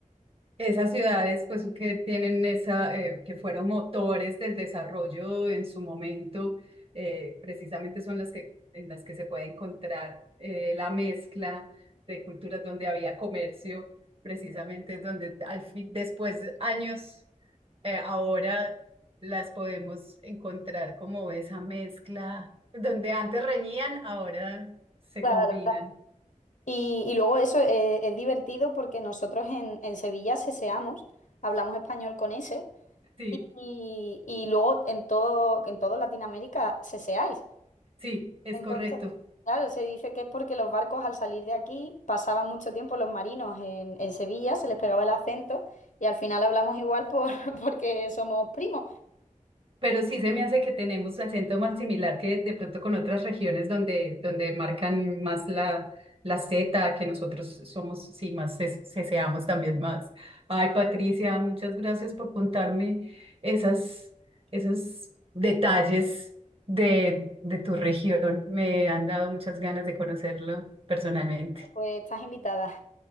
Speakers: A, on the right (about 45°); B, on the left (about 70°).
A: Esas ciudades, pues, que tienen esa, eh, que fueron motores del desarrollo en su momento, eh, precisamente son las que, en las que se puede encontrar eh, la mezcla de culturas donde había comercio, precisamente es donde al fin, después de años, eh, ahora las podemos encontrar como esa mezcla, donde antes reñían, ahora se
B: Claro.
A: combinan.
B: Y, y luego eso eh, es divertido porque nosotros en, en Sevilla seseamos, hablamos español con ese.
A: Sí,
B: y, y luego en todo, en todo Latinoamérica seseáis.
A: sí, es
B: Entonces,
A: correcto.
B: claro, se dice que es porque los barcos al salir de aquí pasaban mucho tiempo los marinos en, en Sevilla, se les pegaba el acento y al final hablamos igual por, <laughs> porque somos primos.
A: Pero sí se me hace que tenemos acento más similar que de pronto con otras regiones donde, donde marcan más la, la Z, que nosotros somos, sí, más ces- ceseamos también más. Ay, Patricia, muchas gracias por contarme esas, esos detalles de, de tu región. Me han dado muchas ganas de conocerlo personalmente.
B: Pues estás invitada.